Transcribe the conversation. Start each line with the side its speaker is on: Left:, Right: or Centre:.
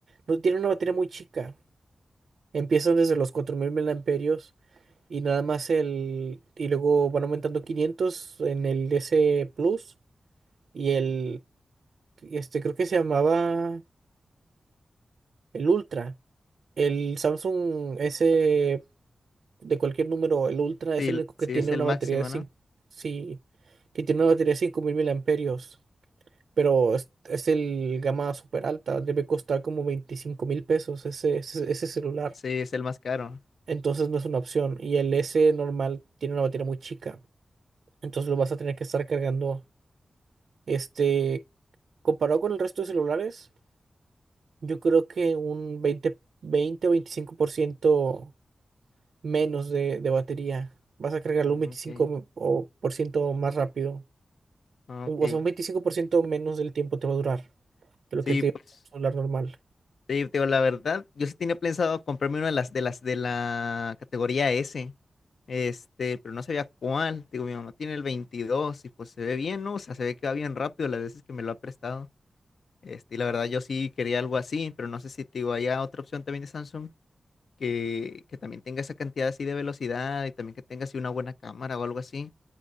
Right: no tienen una batería muy chica. Empiezan desde los cuatro mil miliamperios y nada más el. Y luego van aumentando 500 en el S Plus y el. Este creo que se llamaba el Ultra. El Samsung S de cualquier número, el Ultra es
Left: Sí,
Right: el único
Left: sí
Right: que tiene
Left: es el
Right: una
Left: máximo,
Right: batería de cinco
Left: ¿no?
Right: Sí, que tiene una batería de cinco mil miliamperios Pero es, es el gama super alta. Debe costar como veinticinco mil pesos ese, ese ese celular.
Left: Sí, es el más caro.
Right: Entonces no es una opción. Y el S normal tiene una batería muy chica. Entonces lo vas a tener que estar cargando. Este, comparado con el resto de celulares, yo creo que un 20 20 o 25% menos de, de batería. Vas a cargarlo
Left: Ah,
Right: un 25%
Left: Ok,
Right: o por ciento más rápido.
Left: ah, ok.
Right: O sea, un 25% menos del tiempo te va a durar que lo
Left: Sí,
Right: que te
Left: pues.
Right: un celular normal.
Left: Sí, te digo, la verdad, yo sí tenía pensado comprarme una de las de las de la categoría S, este, pero no sabía cuál. Digo, mi mamá tiene el 22 y pues se ve bien, ¿no? O sea, se ve que va bien rápido las veces que me lo ha prestado. Este, y la verdad yo sí quería algo así, pero no sé si te digo, haya otra opción también de Samsung que, que también tenga esa cantidad así de velocidad y también que tenga así una buena cámara o algo así